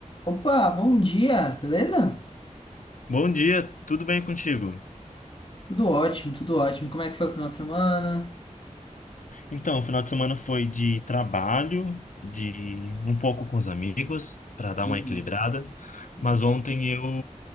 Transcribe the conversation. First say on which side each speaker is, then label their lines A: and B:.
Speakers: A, on the left; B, on the left.
A: Opa, bom dia, beleza?
B: Bom dia, tudo bem contigo?
A: Tudo ótimo, tudo ótimo. Como é que foi o final de semana?
B: Então, o final de semana foi de trabalho, de um pouco com os amigos, para dar
A: Uhum,
B: uma equilibrada.
A: uhum.
B: Mas ontem eu